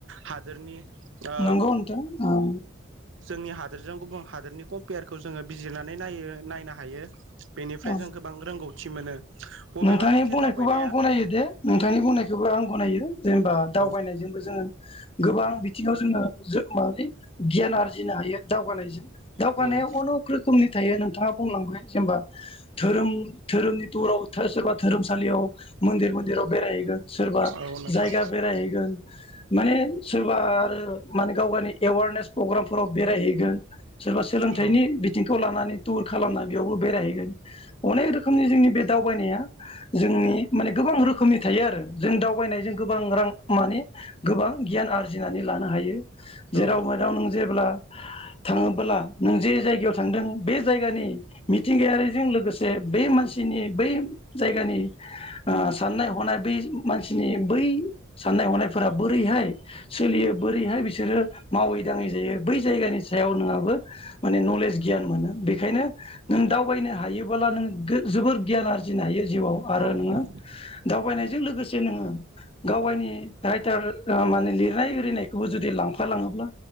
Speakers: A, on the right (about 70°); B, on the left (about 25°).
A: हादोरनि ओ
B: नंगौ नोंथां ओं
A: जोंनि हा हादोरजों गुबुन हादोरनि कम्पेयारखौ जोङो बिजिरनानै नायो नायनो हायो। फ्राय
B: ओं
A: जों गोबां रोंगौ थि मोनो बबेबा
B: नोंथांनि
A: मोनसे
B: बुंनायखौबो
A: दावबायनाया
B: आं गनायो दे नोंथांनि बुंनायखौबो आं गनायो जेनेबा दावबायनायजोंबो
A: औ
B: जोङो गोबां बिथिङाव जोङो जो माबानि गियान आरजिनो हायो। दावगानायजों दावगानाया
A: औ
B: अनक रोखोमनि थायो ना थाङा बुंलांबाय जेनबा धोरोम धोरोमनि दराव थोस <unintelligible> धोरोमसालियाव मोन्दिर मोन्दिराव बेराय हैगोन सोरबा
A: औ नोंथां
B: जायगा बेरायहैगोन माने सोरबा आरो माने गाव गानि एवारनेस प्रग्रामफोराव बेरायहैगोन सोरबा सोलोंथाइनि
A: औ
B: बिथिंखौ लानानै टुर खालामना बेयावबो बेरायहैगोन अनेक रोखोमनि जोंनि बे दावबायनाया जोंनि माने गोबां रोखोमनि थायो आरो जों दावबायनायजों गोबां रां माने गोबां गियान आरजिनानै लानो हायो
A: औ
B: जेराव मेराव नों जेब्ला थाङोबोला नों जे जायगायाव थांदों बे जायगानि मिथिंगायारिजों लोगोसे जे बे मानसिनि बै जायगानि ओ साननाय हनाय बे मान सिनि बै साननाय हनायफोराबो रैहाय सोलियो बो रैहाय बिसोरो मावै दाङै जायो बै जायगानि सायाव नोंङाबो माने नलेज गियान मोनो बेखायनो नों दावबायनो हायोबोला नों गो जोबोर गियान आरजिनो हायो। जिउयाव आरो
A: औ
B: नोङो दावबायनायजों लोगोसे नोङो गाव गायनि रायथार ओ माने लिरनाय इरिनायखौबो जुदि लांफा लाङोब्ला